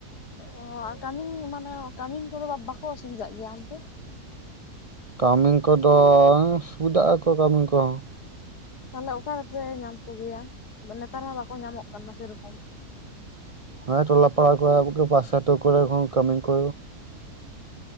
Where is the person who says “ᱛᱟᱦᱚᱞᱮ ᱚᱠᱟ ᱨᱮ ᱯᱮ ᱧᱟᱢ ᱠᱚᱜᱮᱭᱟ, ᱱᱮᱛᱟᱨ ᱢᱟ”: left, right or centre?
Left